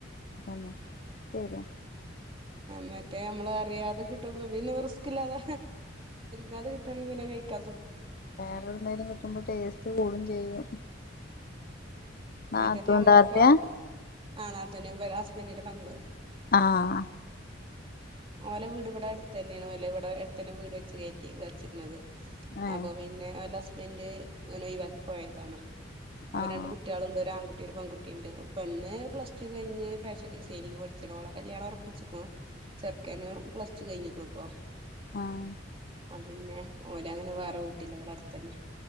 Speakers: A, on the left (about 50°); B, on the right (about 30°).
A: ന്നെ ശരിയാ
B: മറ്റേ നമ്മള് അറിയാതെ കിട്ടുമ്പ പിന്നെ റിസ്ക്ില്ലാതെ മാതെ കിട്ടണെങ്കിൽ പിന്നെ കഴിക്കാ
A: വേറെ എന്തായാലും കിട്ടുമ്പോ ടേസ്റ്റ് കൂടും ചെയ്യും നാത്തൂൻ
B: മറ്റത് അമ്മക്ക
A: താത്തയാ
B: ആ നാത്ത ഹസ്ബൻഡന്റെ പങ്കിള
A: ആഹ
B: ഓലെ വീട് ഇവിടെ അടുത്ത് തന്നെയാണ്ല്ല ഇവിടെ അടുന്നെ വീട് വെച്ച് കയ വച്ചിക്കുന്നത്
A: ഏഹ്
B: അപ്പൊ പിന്നെ ഹസ്ബന്ഡറ്ന ഒഴിവാക്കി പോയതാണ് അവര്
A: ആഹ്
B: രണ്ട് കുട്ടികളും ഉണ്ട് ഒരു ആൺകുട്ടി ഒരു പെൺകുട്ടിയ ഉണ്ട് പെണ് പ്ലസ് കഴിഞ്ഞ് ഫാഷൻ ഡിസൈനിങ്് പഠിച്ചണോ കല്യാണം ഉറപ്പിച്ചിക്കോ ചെറുക്കാനും പ്ല ചച്ച് കഴിഞ്ഞിക്കണ ഇപ്പൊ
A: ആഹ
B: പിന്നെ ഓല അങ്ങനെ വേറെ വീട്ടില അവിടെ അടുത്തന്നെ